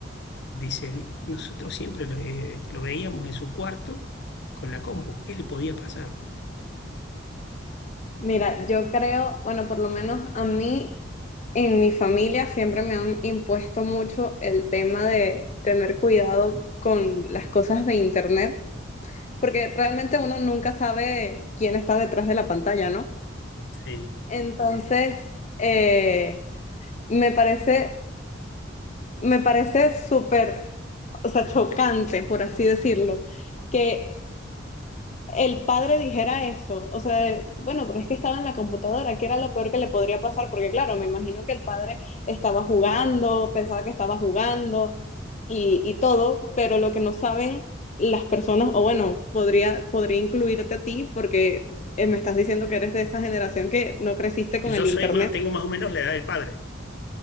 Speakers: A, on the left; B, on the left.
A: dice, nosotros siempre lo, eh, lo veíamos en su cuarto con la compu, ¿qué le podía pasar?
B: Mira, yo creo, bueno, por lo menos a mí, en mi familia siempre me han impuesto mucho el tema de tener cuidado con las cosas de internet, porque realmente uno nunca sabe quién está detrás de la pantalla, ¿no?
A: Sí.
B: Entonces, eh, me parece, me parece súper, o sea, chocante, por así decirlo, que el padre dijera eso, o sea, de, bueno, pero es que estaba en la computadora, que era lo peor que le podría pasar, porque claro, me imagino que el padre estaba jugando, pensaba que estaba jugando y, y todo, pero lo que no saben las personas, o bueno, podría, podría incluirte a ti, porque eh, me estás diciendo que eres de esa generación que no creciste con
A: Yo
B: el
A: soy
B: internet.
A: más, tengo más o menos la edad del padre.